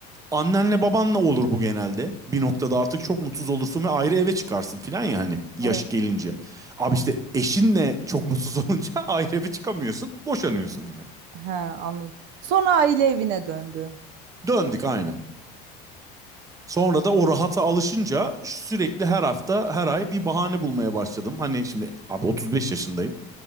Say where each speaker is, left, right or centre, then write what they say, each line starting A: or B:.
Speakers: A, on the right; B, on the right.
A: Annenle babanla olur bu genelde. Bir noktada artık çok mutsuz olursun ve ayrı eve çıkarsın filan ya hani yaş
B: Evet.
A: gelince. Abi işte eşinle çok mutsuz olunca <laughs> ayrı eve çıkamıyorsun. Boşanıyorsun yani.
B: He, anladım. Sonra aile evine döndün.
A: Döndük aynen. Sonra da o rahata alışınca sürekli her hafta her ay bir bahane bulmaya başladım. Hani şimdi abi 35 yaşındayım.